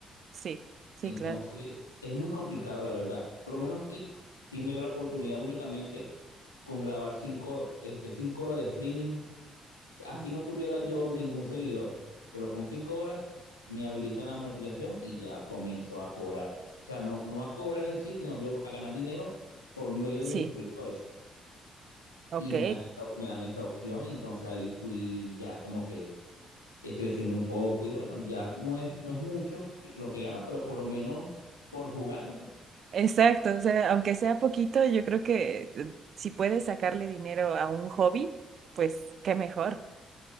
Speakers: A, on the right; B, on the left.
A: sí, sí,
B: Entonces,
A: claro.
B: es muy complicado, la verdad. Por lo menos Kicks sí me dio la oportunidad únicamente con grabar cinco, este, cinco horas de streaming Así
A: Mm.
B: no tuviera yo ningún seguidor, pero con cinco horas me habilitan la monetización y ya comienzo a cobrar. O sea, no, no a cobrar en sí, sino yo a ganar dinero por medio de
A: Sí,
B: mis suscriptores.
A: ok.
B: Y me dan, esa- me dan esa opción y entonces ahí fui ya como que eh, creciendo un poco y bueno, ya no es, no es mucho lo que gano, pero por lo menos por jugar
A: Exacto. O sea, aunque sea poquito, yo creo que eh, si puedes sacarle dinero a un hobby, pues qué mejor.